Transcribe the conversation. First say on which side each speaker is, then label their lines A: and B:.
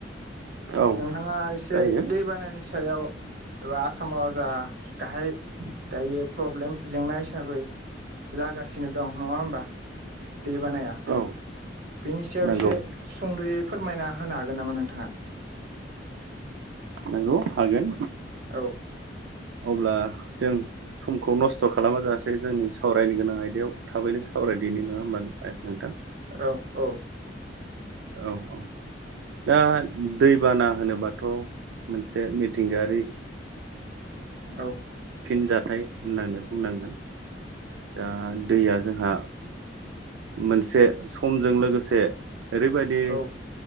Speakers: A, on the right; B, on the right.
A: औ
B: नोंथाङा एसे
A: जायो
B: दै बानानि सायाव एबा आसामाव जा गाहाय दायो प्रब्लेम जेंना हिसाबै जागासिनो दं नङा होमबा दै बानाया
A: औ
B: बेनि सायाव
A: नंगौ
B: एसे सुंद'यै फोरमायना होनो हागोन नामा नोंथाङा?
A: नोंगौ हागोन।
B: औ।
A: अब्ला जों समखौ नस्थ' खालामााजासे जोंनि सावरायनो गोनां आयदायाव थाबैनो सावरायदिनाय नङा होमबा <unintelligible> नोंथां
B: औ औ।
A: औ औ। दा दैबाना होनोबाथ' मोनसे मिथिंगायारि
B: औ
A: फिनजाथाय होननानै बुंनांगोन दा दैया जोंहा मोनसे समजों लोगोसे ओरैबायदि
B: औ